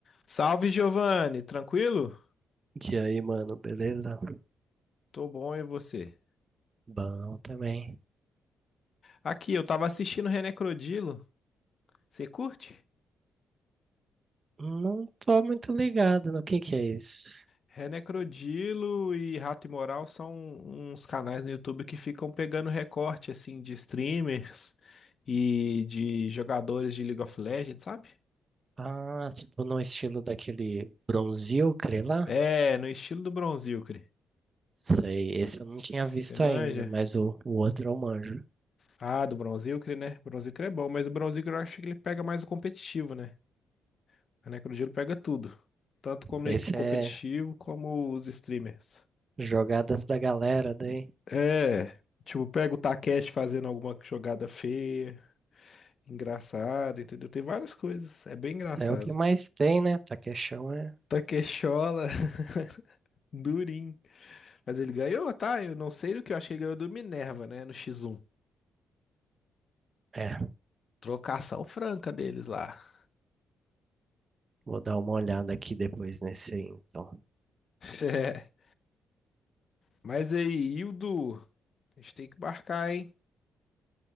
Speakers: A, on the left (about 50°); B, on the right (about 35°).
A: Salve, Giovanni, tranquilo?
B: E aí, mano, beleza?
A: Tô bom, e você?
B: Bom também.
A: Aqui, eu tava assistindo René Crodilo. Você curte?
B: Não tô muito ligado no que que é isso.
A: René Crodilo e Rato Imoral são uns canais no YouTube que ficam pegando recorte, assim, de streamers e de jogadores de League of Legends, sabe?
B: Ah, tipo no estilo daquele Bronzil, crê lá?
A: É, no estilo do Bronzilcre.
B: Sei, esse eu não
A: Você
B: tinha visto
A: manja?
B: ainda, mas o, o outro eu manjo.
A: Ah, do Bronzilcre, né? Bronzilcre é bom, mas o Bronzilcre eu acho que ele pega mais o competitivo, né? A Necrogelo pega tudo. Tanto como
B: Esse
A: é competitivo,
B: é
A: como os streamers.
B: jogadas da galera daí.
A: É, tipo, pega o Takeshi fazendo alguma jogada feia, engraçada, entendeu? Tem várias coisas. É bem engraçado.
B: É o que mais tem, né? Taquechão é.
A: Takeshola, <laughs> durinho. Mas ele ganhou, tá? Eu não sei o que eu achei que ele ganhou do Minerva, né? No X1.
B: É, é.
A: Trocação franca deles lá. <laughs>
B: vou dar uma olhada aqui depois nesse aí, então.
A: É. Mas aí, Hildo, a gente tem que marcar, hein?